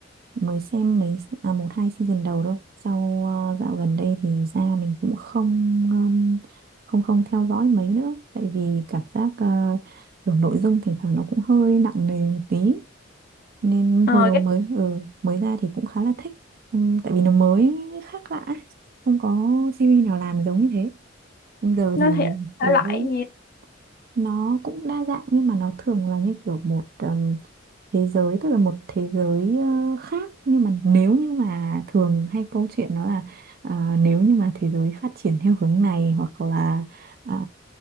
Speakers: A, on the right; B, on the left.
A: mới xem mấy à, một hai season đầu thôi sau ờ, dạo gần đây thì ra mình cũng không ừm, không không theo dõi mấy nữa tại vì cảm giác ờ, kiểu nội dung thỉnh thoảng nó cũng hơi nặng nề một tí nên
B: ờ,
A: hồi đầu
B: cái
A: mới ừ, mới ra thì cũng khá là thích Ừm, tại vì nó mới khác lạ ấy. không có series nào làm giống như thế Nhưng giờ
B: nó
A: thì
B: thì thể
A: ừ,
B: loại
A: thấy
B: gì
A: nó cũng đa dạng nhưng mà nó thường là như kiểu một ừm, thế giới tức là một thế giới ờ, khác nhưng mà nếu như mà thường hay câu chuyện nó là à, nếu như mà thế giới phát triển theo hướng này hoặc là à,